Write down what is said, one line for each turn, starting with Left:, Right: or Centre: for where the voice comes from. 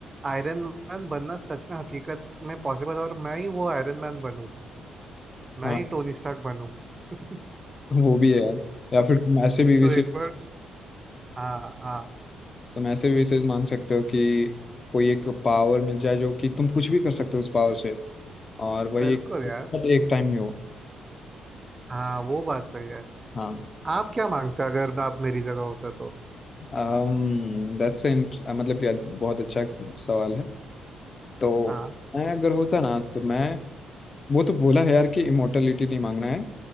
Right: आयरन मैन बनना सच में हकीकत में पॉसिबल हो और मैं ही वो आयरन मैन बनूं मैं
Left: हाँ
Right: ही टोनी स्टार्क बनूं <laughs>
Left: वो भी है यार या
Right: तो,
Left: फिर तुम ऐसे भी
Right: तो
Left: विश
Right: एक बार हाँ हाँ
Left: तुम ऐसे भी विशेष मान सकते हो कि कोई एक पावर मिल जाए जो कि तुम कुछ भी कर सकते हो उस पावर से और वही
Right: बिल्कुल
Left: एक मतलब
Right: यार
Left: एक टाइम ही हो
Right: हाँ वो बात सही है
Left: हाँ
Right: आप क्या मांगते अगर मैं आप मेरी जगह होता तो
Left: um, that's an, मतलब कि बहुत अच्छा सवाल है तो
Right: हाँ
Left: मैं अगर होता ना तो मैं वो तो बोला है यार कि इमोर्टलिटी नहीं मांगना है